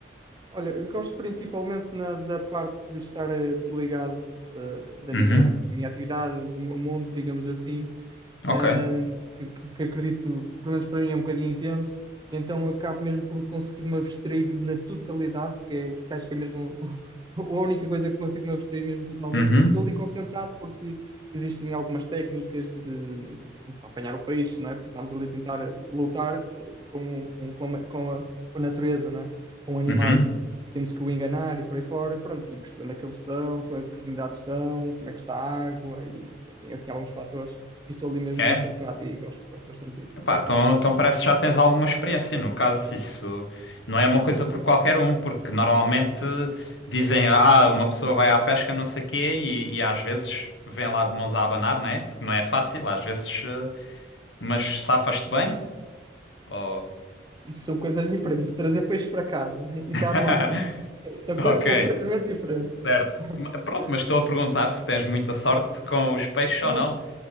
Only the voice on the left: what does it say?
Uhum,
ok.
Uhum,
uhum.
É?
Epá,
então, então parece que já tens alguma experiência. No caso, isso não é uma coisa por qualquer um, porque normalmente dizem, ah, uma pessoa vai à pesca, não sei quê, e, e às vezes vem lá de mãos a abanar, né? Porque não é fácil, às vezes, eh, mas safas-te bem? Ou-
<laughs>
Ok,
certo.
Ma- Pronto, mas estou a perguntar se tens muita sorte com os peixes
ou não.